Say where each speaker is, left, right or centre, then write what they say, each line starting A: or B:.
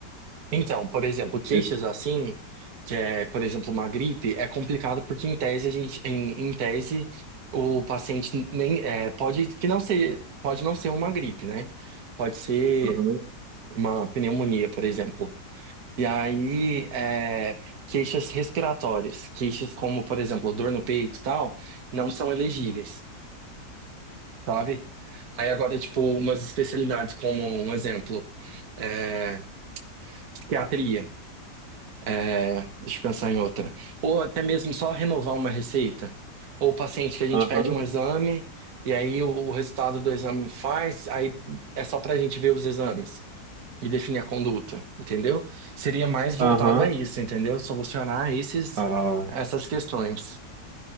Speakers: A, on the right; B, on the right.
A: Então, por exemplo, queixas
B: Esse-
A: assim, que é, por exemplo, uma gripe, é complicado porque em tese a gente, em, em tese, o paciente nem é, pode que não ser, pode não ser uma gripe, né? Pode ser
B: Aham,
A: uma pneumonia, por exemplo. E aí, é, queixas respiratórias, queixas como, por exemplo, dor no peito e tal, não são elegíveis, sabe? Aí agora, tipo, umas especialidades como, um exemplo, é, psiquiatria, é, deixa eu pensar em outra. Ou até mesmo só renovar uma receita. Ou paciente que a gente
B: aham,
A: pede um exame e aí o, o resultado do exame faz, aí é só pra gente ver os exames. e definir a conduta, entendeu? Seria mais voltado
B: aham,
A: a isso, entendeu? Solucionar esses,
B: aham. Ah,
A: essas questões.